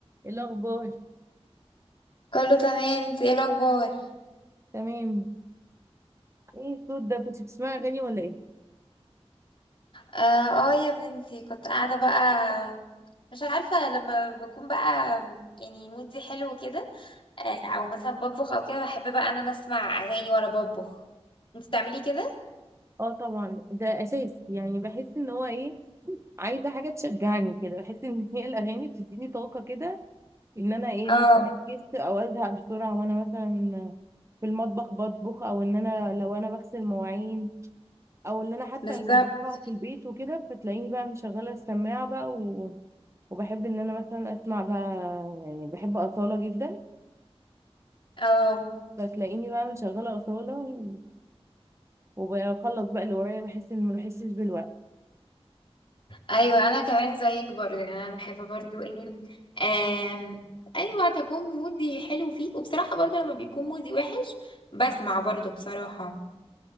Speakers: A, on the right; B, on the left.
A: إيه الاخبار
B: كله تمام انت ايه الاخبار
A: تمام ايه الصوت ده كنت بتسمعي اغاني ولا ايه
B: اه آه يا بنتي كنت قاعده بقى مش عارفه لما بكون بقى يعني مودي حلو كده آه، او مثلا بطبخ او كده بحب بقى ان انا اسمع اغاني وانا بطبخ انت بتعملي كده
A: اه طبعا ده اساس يعني بحس ان هو ايه عايزه حاجه تشجعني كده بحس ان هي الاغاني بتديني طاقه كده ان انا ايه
B: اه
A: مركز او ازهق بسرعه وانا مثلا في المطبخ بطبخ او ان انا لو انا بغسل مواعين او ان انا حتى
B: بالظبط
A: لو بقرا في البيت وكده فتلاقيني بقى مشغله السماعه بقى و... وبحب ان انا مثلا اسمع بقى يعني بحب اصاله جدا
B: اه
A: فتلاقيني بقى مشغله اصاله وبخلص بقى اللي ورايا بحس ان ما بحسش بالوقت
B: ايوه انا كمان زيك برضه يعني انا بحب برضه ايه آم، اي وقت اكون مودي حلو فيه وبصراحه برضه لما بيكون مودي وحش بسمع برضه بصراحه